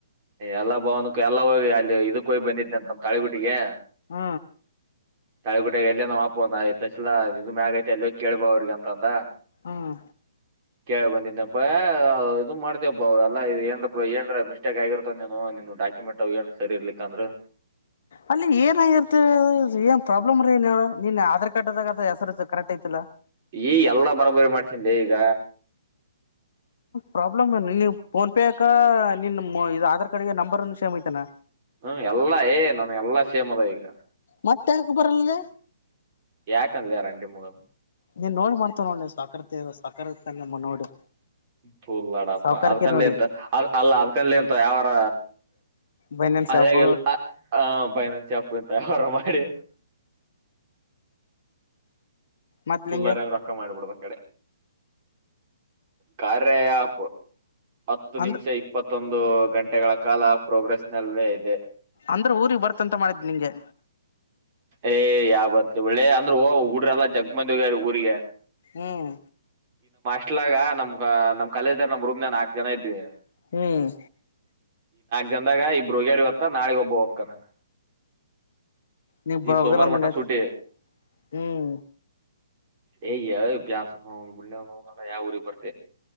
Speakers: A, on the right; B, on the left.
A: ಎಲ್ಲಾ ಭವನಕ್ಕ ಎಲ್ಲಾ ಹೋಗಿ ಅಲ್ಲಿ ಇದಕ್ಕ ಹೋಗಿ ಬಂದಿದ್ದೆ ಅಂತ ನಮ ತಳಿಗುಟ್ಟಿಗೆ
B: ಹ್ಮ
A: ತಳಿಗುಡ ಎಲ್ಲ ನಮ್ಮಪ ಅಂದ ಆಐತಸಲಾ ಇದ ಮ್ಯ ಆಗೈಐತೆ ಅಲ್ಲ ಕೇಳ್ಬೋ ಅವ್ರಿ ಅಂದ
B: ಹ್ಮ್
A: ಕೇಳ ಬಂದಿದನಪ್ಪಾ ಇದು ಮಾಡ್ತವಪ್ಪಾ ಅವ ಎಲ್ಲಏ ಏನ್ ಮಿಸ್ಟೇಕ್ ಆಗಿರತ್ತ ನಿನ್ ಡಾಕ್ಯುಮೆಂಟ್ ಅವ ಏನ್ ಸರಿ ಇರ್ಲಿಕ್ಕ ಅಂದ್ರೆ
B: ಅಲ್ಲಿ ಏನಗರ್ತಿ ಏನ್ ಪ್ರಾಬ್ಲಮ್ ರೀ ನಿನ್ ಆಧಾರ್ ಕಾರ್ಡ್ದಾಗ ಹೆಸರು ಕರೆಕ್ಟ್ ಯ್ತಲ್ಲ
A: ಈ ಎಲ್ಲಾ ಬರಾಬರಿ ಮಾಡ್ಸನ್ೆ ಈಗ
B: ಪ್ರಾಬ್ಲಮ್ ನೀ ಫೋನ್ ಪೇ ಅಕ ನಿನ್ ಇದ ಆಧಾರ್ ಕಾರ್ಡ್ಗೆ ನಂಬರ್ ಸೇಮ್ ಐತಾನ
A: ಹ್ಮ ಎಲ್ಲಾ ಏ ನನ್ ಎಲ್ಲಾ ಸೇಮದ ಈಗ
B: ಮತ್ತೆ ಯಾಕ ಬರಲ್ಗೆ
A: ಯಏಕನ್ಲರಿ ಮುಗಲು
B: ನೀನ್ ನೋಡಿ ಮಾಡ್ತವ ನೋಡ್ ಸಾಕರ್ತಿ ಸಾಕಕಾರಮ್ಮ ನೋಡಿ
A: ಫುಲ್ ಲಡಪ
B: ಸಾವಕಾರಕ್ಕೆ
A: ಅದಕನ್
B: ನೋಡಿ
A: ಎಂತ ಅದ್ ಅಲ್ಲ ಅದ್ಕನ್ ಎಂತ ಯಾವಾರ
B: ಬನಿಯನ್ ಶಾಪು
A: ಅದೇಲ್ಲ ಹ ಬೈ ನ ಚಪ್ ತಾರ ಅ ಮಾಡ ರ
B: ಮತ್
A: ತುಳ್ಳಾರಂಗ
B: ನಿಂಗೆ
A: ರೊಕ್ಕ ಮಾಡಿಬಳದ ಕಡೆ ಕಾರರೆ ಆಪ್ ಹತ್ತು
B: ಅಂದ್
A: ನಿಮಿಷ ಇಪ್ಪತ್ತು ಮತ್ತೊಂದು ಗಂಟೆಗಳ ಕಾಲ ಪ್ರೋಗ್ರೆಸ್ ನಲ್ಲೇ ಇದೆ
B: ಅಂದ್ರೆ ಊಗ್ ಬರ್ತಂತ ಮಾಡಿದ್ ನಿಂಗೆ
A: ಏ ಯಾವ ಬರ್ ಒಳ್ಳೆ ಅಂದ್ರ ಓ ುಡ್ರಲ್ಲ ಜಗ್ಮಂದಗ ಊರಿಗೆ
B: ಹ್ಮ್
A: ಇಟ್ಲಾಗ ನಮ್ ನಮ್ ಕಲಲ್್ದಾರ ನಮ್ ರೂಮ ನಾಕಕ್ ಜನ ಇದ್ವಿ
B: ಹ್ಮ್
A: ಗಂದಾಗ ಇಬ್ಬರು ಹಗ್ಯರ್ ಗತ್ತ ನಾಳಗ್ ಒಬ್ಬ ಹೋಗ್ತಾನ
B: ನೀವ್ ಬಗಲ್
A: ಈ ಸೋಮವಾರ
B: ಅಂದಂಗ
A: ಮಟ್ಟ
B: ಆಯ್ತು
A: ಸೂಟ
B: ಹ್ಮ್
A: ಯ್ಯ ಬ್ಯಾಸಕ್ ಒಂದ್ ಬಳ್ಳೆ ಒ ಯಾವ ಊರಿಗೆ ಬರ್ತೆ